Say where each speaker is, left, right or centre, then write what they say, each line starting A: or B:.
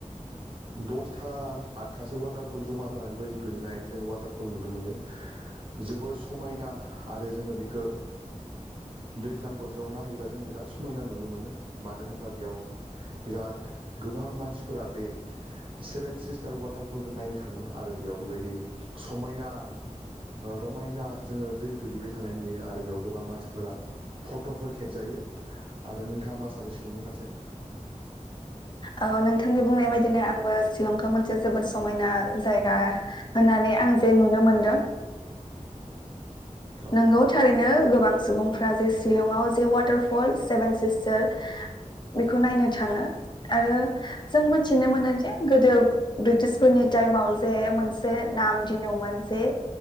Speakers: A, on the right; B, on the left.
A: दसथा आठथासो वाटारफल जमा जानानै बेबायदि गोलैनाय जोङो वाटारफल नुनो मोयो जोबोर समायना आरो जोङो बेखो दैज्लां बोथोराव नायहैबा जों बिराद समायना नुनो मोनो मानो होनबा बेयाव बिराद गोबां मानसिफोरा बे सेभेन सिस्टार वाटारफलखौ नायनो थाङो आरो बेयाव बेबायदि समायना रमायना जोङो दै गोलैबाय थानाय नुयो आरो बेयाव गोबां मानसिफोरा फटफोर खेबजायो आरो नोंथाङा मा सानो शिलंनि फारसे
B: औ‌‌ नोंथांनि बुंनाय बायदिनो आंबो शिलंखो मोनसे जोबोद समायना जायगा होननानै आं जे नुनो मोनदों
A: औ
B: नोंगौ थारैनो गोबां सुबुं फोरा जे शिलंआव जे वाटारफल सेभेन सिस्टार बेखौ नायनो थाङो आरो जों मोनथिनो मोनो जे गोदो ब्रिटिशफोरनि टाइमाव जे मोनसे नाम दिनमोन जे